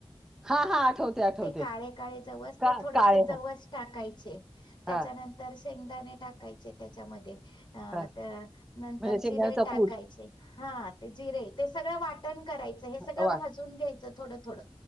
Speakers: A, in the centre; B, on the left.
A: हा हा आठवते आठवते
B: ते काळे-काळे जवस
A: का
B: ते थोडेसे
A: काळे
B: जवस
A: हा
B: टाकायचे.
A: हा
B: त्याच्यानंतर शेंगदाणे टाकायचे त्याच्यामध्ये. अ
A: हा.
B: नंतर
A: म्हणजे शेंगदाण्याचा
B: जिरे टाकायचे.
A: कूट
B: हा ते जिरे ते सगळं वाटण करायचं हे
A: हा.
B: सगळं
A: वाट
B: भाजून घ्यायचं थोडं-थोडं